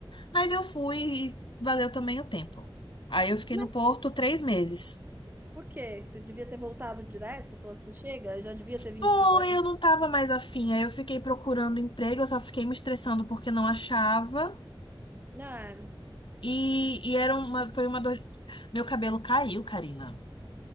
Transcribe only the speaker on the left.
Mas eu fui e valeu também o tempo. Aí eu fiquei
no Porto três meses.
Pô,
eu não tava mais afim. Aí eu fiquei procurando emprego, eu só fiquei me estressando porque não achava.
E, e era uma, foi uma dor. Meu cabelo caiu, Karina.